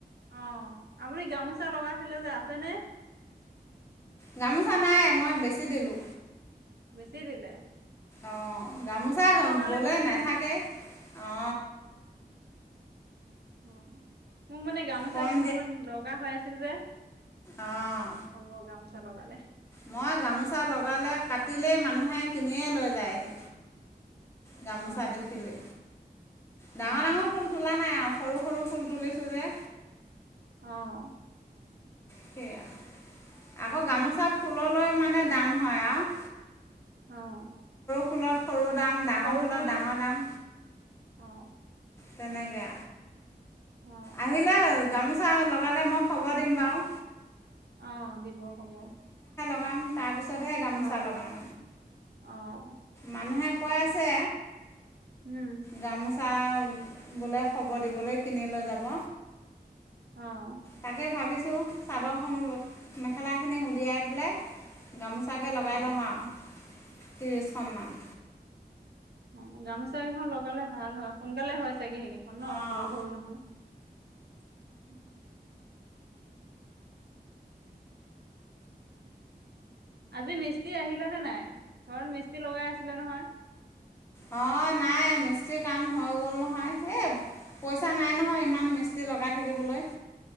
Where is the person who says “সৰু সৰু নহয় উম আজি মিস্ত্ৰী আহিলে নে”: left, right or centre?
Right